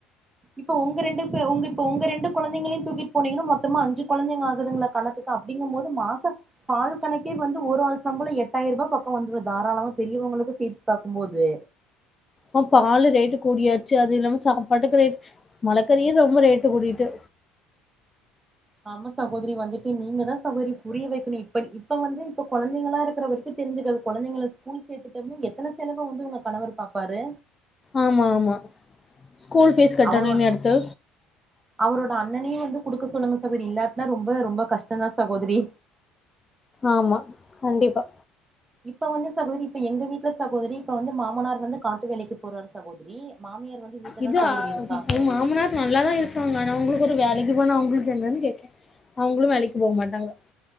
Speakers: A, on the right; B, on the left.
A: இப்ப உங்க ரெண்டு பே உங்க இப்போ உங்க ரெண்டு கொழந்தங்களையும் தூக்கிட்டு போனீங்கன்னா மொத்தமா அஞ்சு கொழந்தைங்க ஆகுதுங்களா கணத்துக்கு அப்டிங்கும் போது மாச பால் பண்ணக்கே வந்து ஒரு ஆள் சம்பளோ எட்டாயிர் ரூபா பா இப்போ வந்துரு தாராளமா பெரியவங்களுக்கு சேத்து பாக்கும்போது
B: ஆ பால் ரேட்டு கூடியாச்சு அது இல்லாம சாப்பட்டுக்கு ரேட் மலைக்கறியு ரொம்ப ரேட்டு கூடிட்டு
A: ஆமாஸ் சகோதரி வந்துட்டு நீங்க தா சொ சகோதரி புரிய வக்கணு இப்படி இப்ப வந்து இப்ப கொழந்தைங்களா இருக்கிற வரைக் தெரிஞ்சக்கது கொழந்தைங்கள ஸ்கூல் சேர்த்துட்டோம்னே எத்தன செலவ வந்து உங்க கணவர் பாப்பாரு
B: ஆமா ஆமா ஸ்கூல் ஃபீஸ் கட்டணு
A: அவரோட
B: இனி அடுத்து
A: அவரோட அண்ணனையு வந்து குடுக்க சொல்லுங்க சகோதரி இல்லாட்டா ரொம்ப ரொம்ப கஷ்டோதா சகோதரி
B: ஆமா கண்டிப்பா
A: இப்ப வந்து சகோதரி இப்ப எங்க வீட்டுல சகோதரி இப்ப வந்து மாமனார் வந்து காட்டு வேலைக்கு போறாரு சகோதரி மாமியார் வந்து வீட்லதா
B: இதா
A: சகோதரி இருக்காங்க
B: மாமனார் நல்லாாதா இருக்காங்க ஆனா அவங்களுக்கு ஒரு வேலைக்கு போனா அவங்களுக் என்னனு கேக்கே அவங்களு வேலைக்கு போமாட்டாங்க